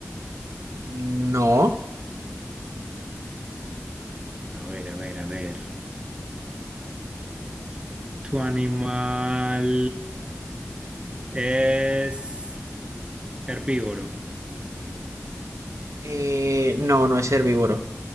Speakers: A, on the right; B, on the right.
A: no,
B: A ver, a ver, a ver. ¿Tu animal es herbívoro?
A: eh, no, no es herbívoro.